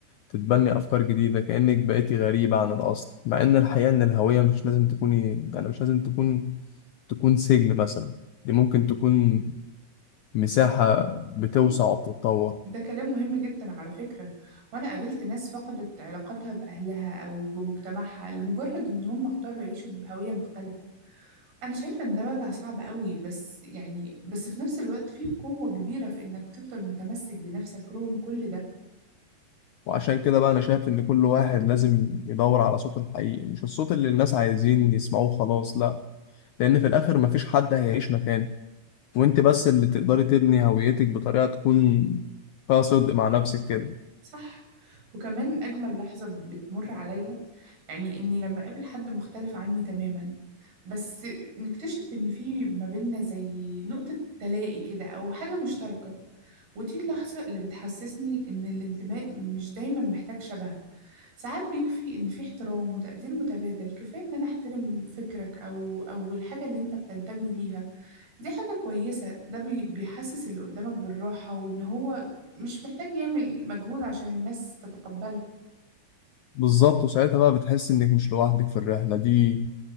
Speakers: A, on the left (about 85°); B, on the right (about 70°).
A: تتبني أفكار جديدة كأنك بقيتي غريبة عن الأصل مع إن الحقيقة إن الهوية مش لازم تكوني يعني مش لازم تكون تكون سجن مثلا دي ممكن تكون مساحة بتوسع
B: أيوة.
A: وبتتطور
B: ده كلام مهم جدا على فكرة وأنا قابلت ناس فقدت علاقتها بأهلها أو بمجتمعها لمجرد إن هم اختاروا يعيشوا بهوية مختلفة أنا شايفة إن ده وجع صعب قوي بس يعني بس في نفس الوقت فيه قوة كبيرة في إنك تفضل متمسك بنفسك رغم كل ده
A: وعشان كده بقى أنا شايف إن كل واحد لازم يدور على صوته الحقيقي مش الصوت اللي الناس عايزين يسمعوه خلاص لأ لأن في الآخر مفيش حد هيعيش مكانك وأنت بس اللي تقدري تبني هويتك بطريقة تكون فيها صدق مع نفسك كده
B: صح وكمان أجمل لحظة بتمر عليا يعني إني لما أقابل حد مختلف عني تماما بس نكتشف إن في ما بيننا زي نقطة تلاقي كده أو حاجة مشتركة ودي اللحظة اللي بتحسسني إن الانتماء مش دايما محتاج شبه ساعات بيكفي إن في احترام وتقدير متبادل كفاية إن أنا أحترم فكرك أو أو الحاجة اللي أنت بتنتمي ليها دي حاجة كويسة ده بي- بيحسس اللي قدامك بالراحة وإن هو مش محتاج يعمل مجهود عشان الناس تتقبله
A: بالظبط وساعتها بقى بتحس إنك مش لوحدك في الرحلة دي